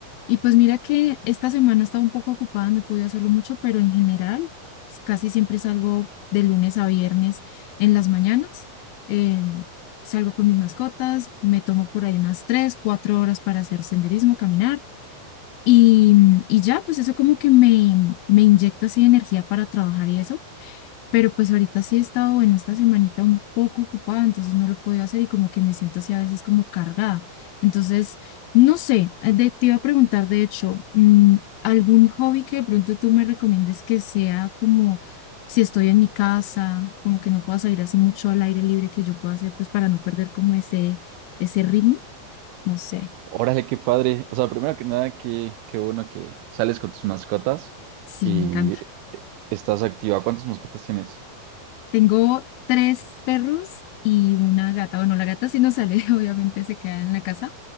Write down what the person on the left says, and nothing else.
Y pues mira que esta semana estaba un poco ocupada, no he podido hacerlo mucho, pero en general pues, casi siempre salgo de lunes a viernes en las mañanas. Eh, salgo con mis mascotas, me tomo por ahí unas tres, cuatro horas para hacer senderismo, caminar. Y, y ya, pues eso como que me, me inyecta así energía para trabajar y eso. Pero pues ahorita sí he estado, bueno, esta semanita un poco ocupada, entonces no lo podía hacer y como que me siento así a veces como cargada. Entonces, no sé, eh, de- te iba a preguntar, de hecho, mm, algún hobby que de pronto tú me recomiendes que sea como si estoy en mi casa, como que no pueda salir así mucho al aire libre que yo pueda hacer, pues para no perder como ese, ese ritmo. No sé,
sí,
me encanta.
Tengo tres perros y una gata. Bueno, la gata sí no sale, <laughs> obviamente se queda en la casa,